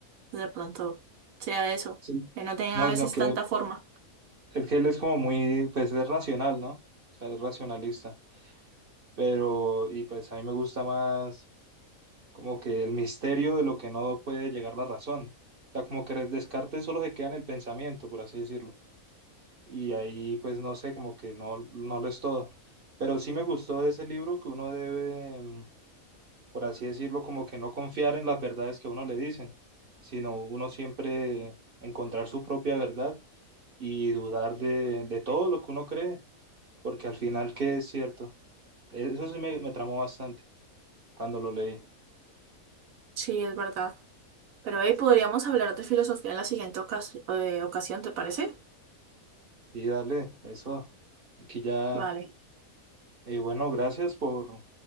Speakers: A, on the right; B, on the right.
A: de pronto sea eso,
B: Sí.
A: que no tengan
B: No,
A: a veces
B: sino que
A: tanta forma.
B: Es que él es como muy, pues es racional, ¿no? O sea, es racionalista. Pero, y pues a mí me gusta más como que el misterio de lo que no puede llegar la razón. O sea, como que Descartes solo se queda en el pensamiento, por así decirlo. Y ahí, pues no sé, como que no, no lo es todo. Pero sí me gustó de ese libro que uno debe, mm, por así decirlo, como que no confiar en las verdades que a uno le dicen, sino uno siempre encontrar su propia verdad y dudar de, de todo lo que uno cree. porque al final que es cierto. Eso sí me, me tramó bastante cuando lo leí.
A: Sí, es verdad. Pero hey, podríamos hablar de filosofía en la siguiente ocas- eh, ocasión, ¿te parece?
B: Y dale, eso. Aquí ya,
A: Vale.
B: eh, bueno, gracias por